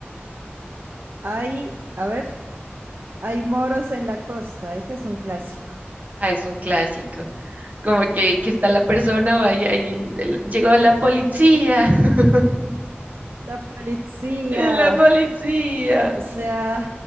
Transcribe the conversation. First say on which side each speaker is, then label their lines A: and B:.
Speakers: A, on the right; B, on the right.
A: hay, a ver, hay moros en la costa. Este es un clásico.
B: Ah, es un clásico. Como que, que está la persona, va y- ahí l- llegó la policía. <laughs>
A: La policía,
B: La policía.
A: o sea.